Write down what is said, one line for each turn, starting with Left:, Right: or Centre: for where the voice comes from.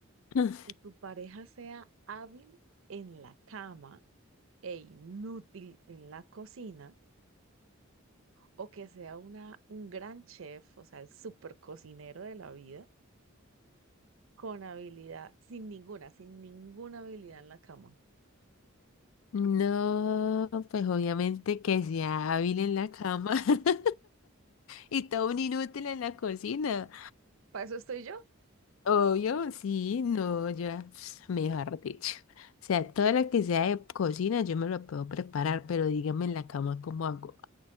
Left: <laughs>
Right: ¿Que tu pareja sea hábil en la cama e inútil en la cocina? o que sea una, un gran chef, o sea, el super cocinero de la vida, con habilidad, sin ninguna, sin ninguna habilidad en la cama.
Left: No, pues obviamente que sea hábil en la cama <laughs> y todo un inútil en la cocina.
Right: Para eso estoy yo.
Left: Obvio, sí, no, yo, <sniffs> pss, mejor dicho. O sea, todo lo que sea de cocina yo me lo puedo preparar, pero dígame en la cama cómo hago.